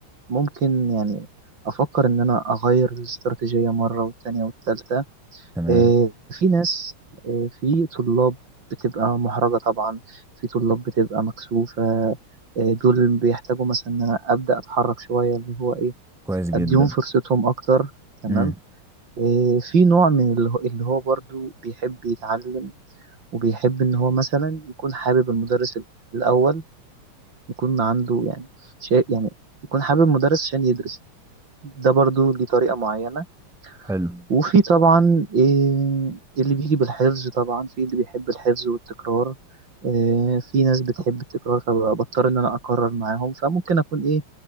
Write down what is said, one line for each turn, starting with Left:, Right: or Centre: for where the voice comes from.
Right: ممكن يعني أفكّر إن أنا أغيّر الاستراتيجية مرّة والتانية والتالتة.
Centre: تمام
Right: آآ في ناس آآ في طلاب بتبقى مُحرَجة طبعًا، في طلاب بتبقى مكسوفة، آآ دول بيحتاجوا مثلًا إن أنا أبدأ أتحرّك شوية اللي هو إيه،
Centre: كويس جدا
Right: أدّيهم فرصتهم أكتر تمام،
Centre: امم
Right: آآ في نوع من اللي هو اللي هو برضه بيحب يتعلّم وبيحب إن هو مثلًا يكون حابب المُدرِّس ال الأول، يكون عنده يعني شا يعني يكون حابب المُدرِّس عشان يدرس، ده برضه ليه طريقة معيّنة
Centre: حلو
Right: وفي طبعًا آآ اللي بييجي بالحفظ طبعًا، في اللي بيحب الحفظ والتكرار، آآ في ناس بتحب التكرار فباضطر إن أنا أكرر معاهم، فممكن أكون إيه،